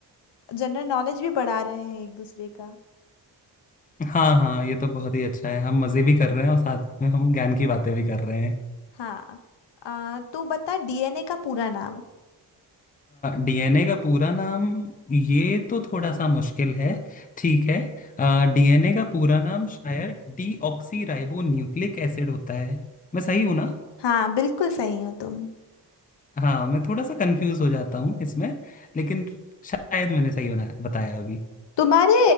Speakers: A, on the left; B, on the left.
A: जनरल नॉलेज भी बढ़ा रहे हैं एक दूसरे का
B: हाँ हाँ ये तो बहुत ही अच्छा है हम मजे भी कर रहे हैं और साथ में हम ज्ञान की बातें भी कर रहे हैं
A: हाँ आ, तू बता डीएनए का पूरा नाम
B: डीएनए का पूरा नाम ये तो थोड़ा सा मुश्किल है ठीक है डीएनए का पूरा नाम शायद डीऑक्सी राइबो न्यूक्लिक एसिड होता है मैं सही हूं ना
A: हाँ बिल्कुल सही हो तुम
B: हाँ मैं थोड़ा सा कंफ्यूज हो जाता हूँ इसमें लेकिन शायद मैंने सही बना बताया अभी
A: तुम्हारे